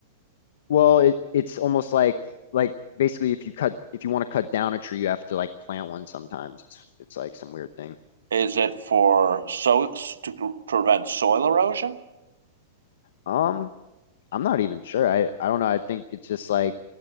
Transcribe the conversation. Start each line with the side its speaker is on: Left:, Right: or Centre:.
Left: Well, it, it's almost like like basically if you cut if you want to cut down a tree, you have to like plant one sometimes. It's it's like some weird thing.
Right: Is it for so to pr- prevent soil erosion
Left: Um, I'm not even sure. I I don't know. I think it's just like